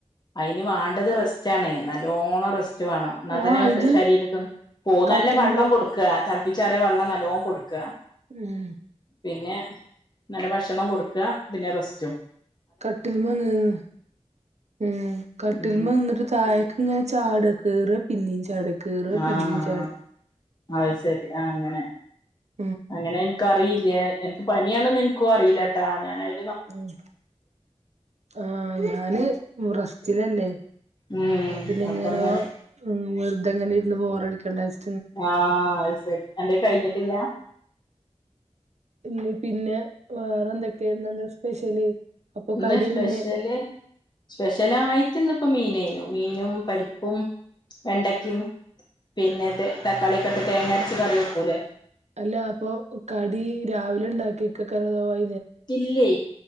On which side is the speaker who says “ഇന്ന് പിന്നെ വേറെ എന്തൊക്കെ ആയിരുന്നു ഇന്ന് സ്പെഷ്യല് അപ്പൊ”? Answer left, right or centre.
Right